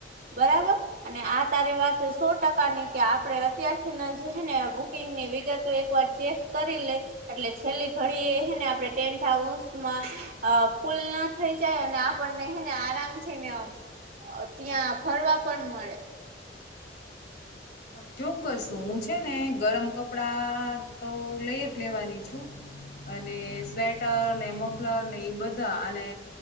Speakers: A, on the right (about 55°); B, on the left (about 60°).
A: બરાબર અને આ તારી વાત સો ટકા ની કે આપણે અત્યારથી જ ને બુકિંગની વિગતો એકવાર ચેક કરી લે એટલે છેલ્લી ઘડી એ હેને આપણે ટેન્ટ હાઉસમાં અ ફૂલ ના થઈ જાય અને આપણને ને આરામથી ને ત્યાં ફરવા પણ મળે.
B: હ ચોક્કસ, હું છે ને ગરમ કપડાં તો લય જ લેવાની છું. અને સ્વેટર મફલર ને ઈ બધા અને